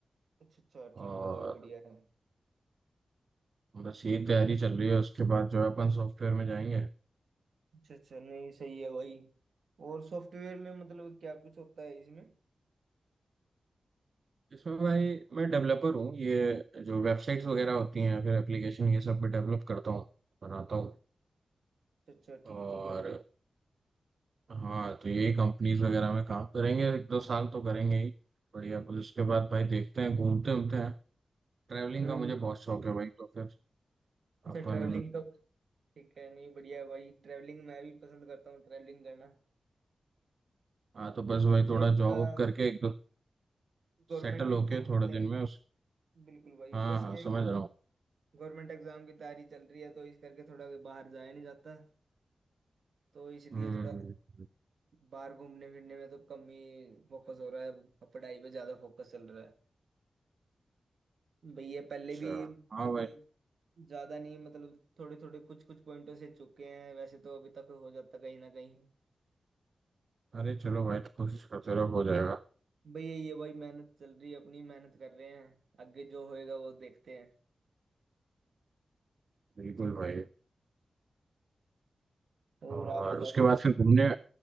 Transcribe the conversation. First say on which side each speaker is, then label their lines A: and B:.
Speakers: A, on the right; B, on the right.
A: अच्छा अच्छा
B: और
A: ठीक है वही बढ़िया है
B: बस यही तैयारी चल रही है उसके बाद जो है अपन सॉफ्टवेयर में जाएंगे
A: अच्छा अच्छा नहीं सही है वही और सॉफ्टवेयर में मतलब क्या कुछ होता है इसमें
B: इसमें भाई मैं डेवलपर हूँ ये जो वेबसाइट्स वगैरह होती हैं फिर एप्लीकेशन ये सब भी डेवलप करता हूँ बनाता हूँ
A: अच्छा अच्छा ठीक
B: और
A: ठीक है वो
B: हाँ तो यही कंपनीज वगैरह में काम करेंगे एक दो साल तो करेंगे ही बढ़िया फिर उसके बाद भाई देखते हैं घूमते घूमते हैं ट्रैवलिंग
A: हम्म
B: का मुझे
A: हम्म।
B: बहुत शौक है भाई तो फिर
A: अच्छा
B: अपन
A: ट्रैवलिंग का ठीक है नहीं बढ़िया है भाई ट्रैवलिंग मैं भी पसंद करता हूँ ट्रैवलिंग करना
B: हाँ तो बस
A: और ये
B: भाई थोड़ा
A: ये थोड़ा
B: जॉब करके एक दो
A: गवर्नमेंट
B: सेटल होके
A: एग्जाम
B: थोड़े
A: की तैयारी
B: दिन में उस
A: बिल्कुल भाई
B: हाँ
A: बस
B: हाँ
A: ये
B: समझ रहा हूँ
A: गवर्नमेंट एग्जाम की तैयारी चल रही है तो इस करके थोड़ा बाहर जाया नहीं जाता तो इसलिए
B: हम्म
A: थोड़ा
B: हम्म, हम्म।
A: बाहर घूमने फिरने में तो कम ही फोकस हो रहा है अब पढ़ाई पे ज्यादा फोकस चल रहा है भैया
B: अच्छा
A: पहले भी मतलब
B: हाँ भाई
A: ज्यादा नहीं मतलब थोड़े थोड़े कुछ कुछ पॉइंटों से चुके हैं वैसे तो अभी तक हो जाता कहीं ना कहीं
B: अरे चलो भाई तो कोशिश करते रहो हो जाएगा
A: भैया ये भाई मेहनत चल रही है अपनी मेहनत कर रहे हैं आगे जो होएगा वो देखते हैं
B: बिल्कुल भाई
A: और
B: और
A: आप बताओ
B: उसके बाद फिर घूमने